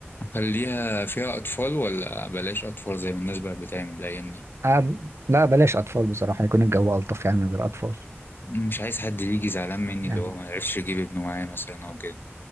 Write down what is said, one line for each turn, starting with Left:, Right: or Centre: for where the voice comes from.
Left: اخليها فيها اطفال ولا بلاش اطفال زي ما الناس بقى بتعمل الايام دي
Right: أه لا بلاش أطفال بصراحة يكون الجو ألطف يعني من غير أطفال
Left: مش عايز حد يجي زعلان مني
Right: يعني
Left: اللي هو ما يعرفش يجيب ابنه معايا مثلا او كده